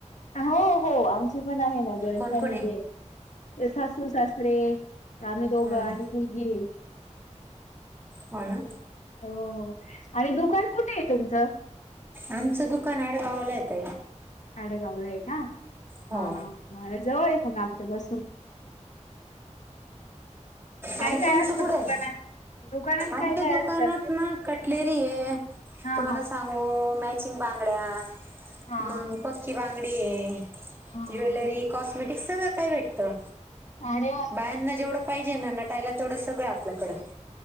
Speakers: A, on the left; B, on the right.
A: हो, हो. आमची पण आहे ना जॉईंट
B: कोण
A: फॅमिली
B: कोण आहे
A: आहे सासू सासरे आम्हीं दोघं
B: हम्म
A: आणि मुलगी ये.
B: हो, ना.
A: हो, हो आणि दुकान कुठे आहे तुमचं?
B: आमचं दुकान आडगावाला आहे ताई.
A: आडगावला आहे का,
B: हो
A: हा. हा. मग जवळ आहे आमच्या पासून. काय
B: आणि
A: काय
B: तुमचं
A: असतं
B: कुठंये?
A: दुकानात? दुकानात
B: आमच्या
A: काय काय
B: दुकानात
A: असतं?
B: ना कटलेरी ये.
A: हा, हा.
B: हो मॅचिंग बांगड्या
A: हा
B: मंग पक्की बांगडी ये.
A: हा
B: ज्वेलरी, कॉस्मेटिक सगळं काही भेटतं.
A: अरे वा.
B: बायांना जेवढं पाहिजे ना नटायला, तेवढं सगळं आपल्याकडं आहे.